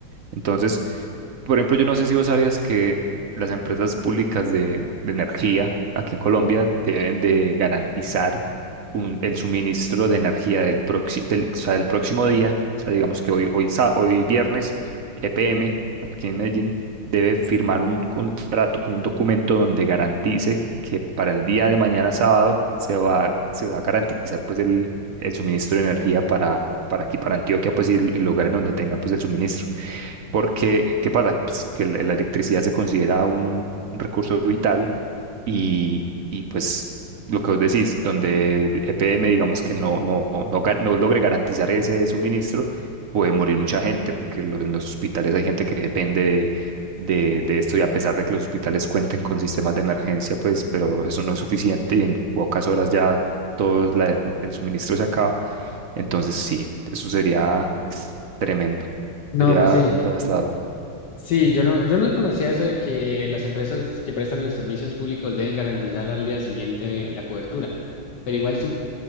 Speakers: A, on the right; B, on the left.
A: Entonces, por ejemplo, yo no sé si vos sabías que las empresas públicas de, de energía aquí en Colombia deben de garantizar un- el suministro de energía del, proxi- del, o sea, del próximo día. O sea, digamos que hoy, hoy, sa- hoy viernes, EPM, aquí en Medellín, debe firmar un contrato, como un documento donde garantice que para el día de mañana sábado se va, se va a garantizar pues el, el suministro de energía para, para aquí, para Antioquia, pues y, y lugares donde tengan pues el suministro. Porque, ¿qué pasa? Pues que la la electricidad se considera un recurso vital y, y pues lo que vos decís, donde EPM digamos que no, no, no, ga- no logre garantizar ese suministro, puede morir mucha gente, porque lo- en los hospitales hay gente que depende de, de, de esto y a pesar de que los hospitales cuenten con sistemas de emergencia, pues, pero eso no es suficiente y en pocas horas ya todo la- el suministro se acaba. Entonces sí, eso sería tremendo,
B: No,
A: sería
B: pues sí,
A: devastador.
B: sí, yo no, yo no conocía eso de que las empresas que prestan los servicios públicos deben garantizar al día siguiente la cobertura. Pero igual su-